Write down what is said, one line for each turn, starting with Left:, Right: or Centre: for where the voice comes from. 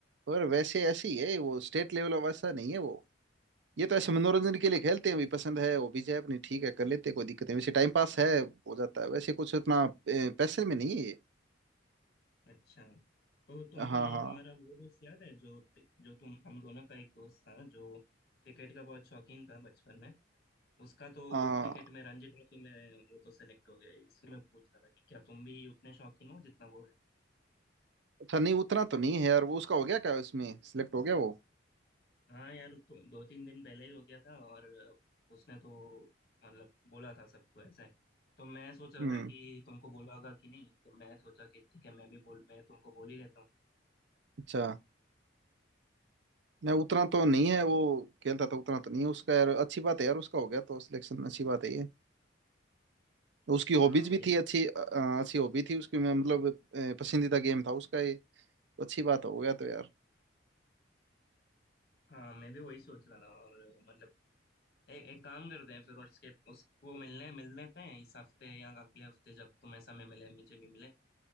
Right: और वैसे ऐसे ही है वो स्टेट लेवल वैसा नहीं है वो ये तो ऐसे मनोरंजन के लिए खेलते हैं भी पसंद है वो भी है अपनी ठीक है कर लेते हैं कोई दिक्कत नहीं वैसे टाइम पास है हो जाता है वैसे कुछ उतना पैसे में नहीं है ये
Left: हो अच्छा तो तुमको
Right: हाँ
Left: ये
Right: हाँ
Left: हमारा वो दोस्त याद है जो जो तुम हम दोनों का एक दोस्त था जो क्रिकेट का बहुत शौकीन था बचपन में उसका तो
Right: हाँ
Left: क्रिकेट में रणजी ट्रॉफी में वो तो सेलेक्ट हो गया इसलिए मैं पूछ रहा था कि क्या तुम भी उतने शौकीन हो जितना वो है
Right: अच्छा नहीं उतना तो नहीं है यार वो उसका हो गया क्या उसमें सिलेक्ट हो गया वो
Left: हाँ यार तो दो तीन दिन पहले ही हो गया था और उसने तो मतलब बोला था सबको ऐसा है तो मैं सोच रहा
Right: हम्म
Left: था कि तुमको बोला होगा कि नहीं तो मैं सोचा कि ठीक है मैं भी बोल मैं तुमको बोल ही लेता हूँ
Right: अच्छा नहीं उतना तो नहीं है वो खेलता था उतना तो नहीं है उसका यार अच्छी बात है यार उसका हो गया तो सिलेक्शन अच्छी बात है ये उसकी हॉबीज
Left: हाँ वही
Right: भी थी
Left: तो
Right: अच्छी अ, अ, अच्छी हॉबी थी उसकी मैं मतलब अ, पसंदीदा गेम था उसका ये तो अच्छी बात हो गया तो यार
Left: हाँ मैं भी वही सोच रहा था और मतलब ए, एक काम करते हैं फिर और उसके उसको मिलने मिल लेते हैं इस हफ्ते या अगले हफ्ते जब तुम्हें समय मिले मुझे भी मिले